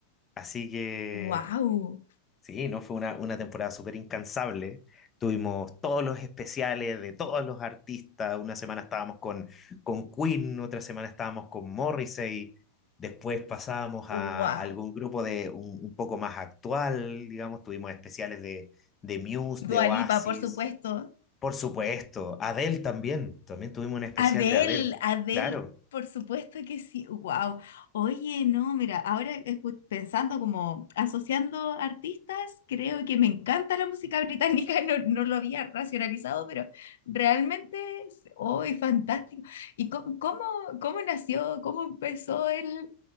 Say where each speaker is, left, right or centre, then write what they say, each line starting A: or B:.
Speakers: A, on the left; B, on the left.
A: Así que
B: Wow,
A: Sí, no fue una, una temporada súper incansable. Tuvimos todos los especiales de todos los artistas. Una semana estábamos con, con Queen, otra semana estábamos con Morrissey. Después pasábamos
B: wow.
A: a algún grupo de un, un poco más actual, digamos. Tuvimos especiales de, de Muse,
B: Dua
A: de Oasis,
B: Lipa, por supuesto.
A: por supuesto. Adele también. También tuvimos un especial
B: Adele,
A: de Adele.
B: Adele,
A: Claro.
B: por supuesto que sí. Wow. Oye, no, mira, ahora escu- pensando como asociando artistas, creo que me encanta la música británica. <laughs> No, no lo había racionalizado, pero realmente, es- hoy fantástico. ¿Y co- cómo, cómo, nació, cómo empezó el,